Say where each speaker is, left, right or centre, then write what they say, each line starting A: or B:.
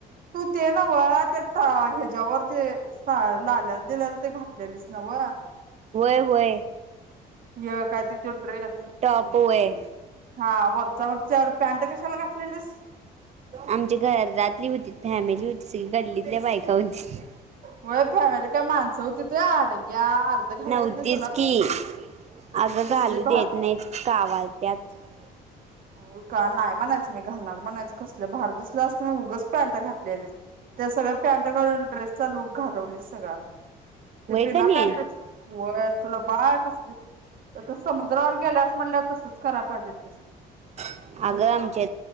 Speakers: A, on the right (about 55°); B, on the right (about 40°).
A: तू ते नव त्या हा हेज्यावर ते सा त लाल्यानं दिलाल ते घातलेलीस न्हव
B: वय वय
A: हे काय तो ड्रेस
B: टॉप वय
A: हा वर जवा च्यावर पॅन्ट कशाला घातलेलीस
B: आमची घरातली हुतीत फॅमिली होती सगळी गल्लीतल्या बायका होती
A: व्हय फॅमिली काय माणसं होतीत व्हय अडग्या अर्ध घालायत
B: नव्हतीच
A: नाही तुला
B: की
A: कसल भारी
B: अगं
A: कसली
B: घालू देत
A: भारी
B: नाहीत कावाल त्यात
A: मी का नाही म्हणायचं मी घालणार म्हणायचं कसलं भारी दिसलं असत तु उगाच पॅन्ट घातलेलीस त्या सगळ्या पॅन्ट घालून ड्रेस चा लूक घालवलीस सगळां
B: व्हय
A: ते बिना
B: कणी
A: पॅन्टच होय तुला बाळ कस तर त समुद्रावर गेल्यास म्हणल्या तसच करायला पाहिजे होतस
B: अगं आमच्या